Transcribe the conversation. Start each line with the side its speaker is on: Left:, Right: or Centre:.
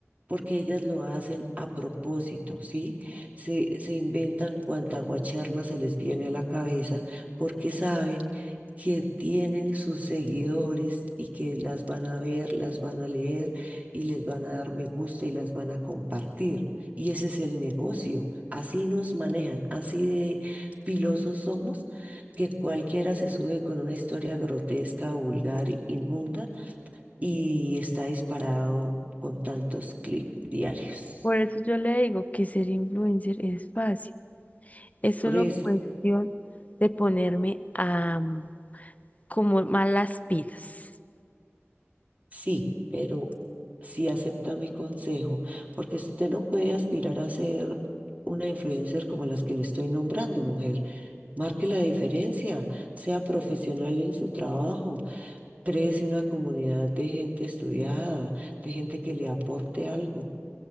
Right: porque ellas lo hacen a propósito, ¿sí? Se, se inventan cuanta guacherna se les viene a la cabeza porque saben que tienen sus seguidores y que las van a ver, las van a leer y les van a dar me gusta y las van a compartir. Y ese es el negocio. Así nos manejan, así de pilosos somos, que cualquiera se sube con una historia grotesca, vulgar, inmunda y está disparado con tantos clics diarios.
Left: Por eso yo le digo que ser influencer es fácil. Es solo
Right: Por eso,
Left: cuestión de ponerme a mm, como más las pilas.
Right: sí, pero sí acepta mi consejo, porque si usted no puede aspirar a ser una influencer como las que le estoy nombrando, mujer. Marque la diferencia, sea profesional en su trabajo, créese una comunidad de gente estudiada, de gente que le aporte algo,